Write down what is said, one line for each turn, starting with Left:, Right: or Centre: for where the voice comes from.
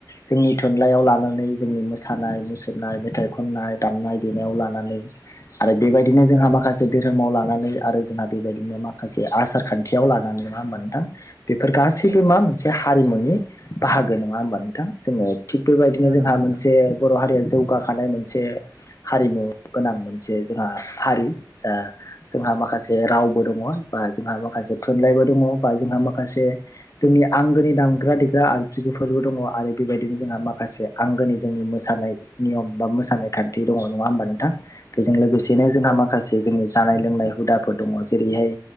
Left: जोंनि थुनलाइयाव लानानै जोंनि मोसानाय मुसुरनाय मेथाइ खननाय दामनाय देनायाव लानानै आरो बेबायदिनो जोंहा
Right: औ
Left: माखासे धोरोमाव लानानै आरो जोंहा बेबायदिनो मा माखासे आसार खान्थियाव लानानै मा होमबा नोंथां बेफोर गासैबो मा मोनसे हारिमुनि बाहागो नङा होनोमबा नोंथां जोङो थिग बेबायदिनो
Right: औ
Left: जोंहा
Right: नंगौ नोंथां
Left: मोनसे बर' हारिया जौगाखानाय मोनसे। हारिमु गोनां मोनसे जोंहा हारि जा जोंहा माखासे रावबो दङ' बा। बा जोंहा माखासे थुनलाइबो दङ' बा जोंहा माखासे जोंनि आंगोनि। दामग्रा देग्रा आरो आगजुफोरबो दङ आरो। बेबायदिनो जोंहा माखासे आंगोनि जोंनि मोसानाय नियम बा मोसानाय खान्थि दङ'। नङा होनबा नोंथां बेजों लोगोसे बिदिनो जोंहा
Right: औ
Left: माखासे
Right: नोंथां
Left: जोंनि जानाय लोंनाय हुदाफोर दङ' जेरैहाय